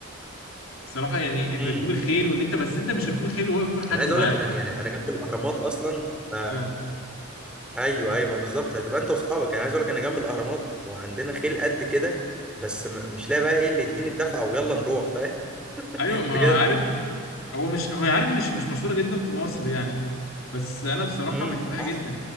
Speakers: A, on the left; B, in the centre.
A: بصراحه يعني
B: امم
A: ركوب الخيل وان انت بس انت مش ركوب الخيل وهو يكون حد
B: انا عايز
A: معاك
B: اقول لك انا يعني انا جنب الاهرامات اصلا ف...
A: اه
B: ايوه ايوه ما بالظبط هتبقى انت واصحابك انا عايز اقول لك انا جنب الاهرامات وعندنا خيل قد كده بس م... مش لاقي بقى ايه اللي يديني الدفعه ويلا نروح فاهم
A: ايوه
B: <laughs>
A: ما
B: بجد
A: هو عارف هو مش هو عارف مش مش مشهوره جدا في مصر يعني بس انا بصراحه
B: امم
A: بحبها
B: حصل
A: جدا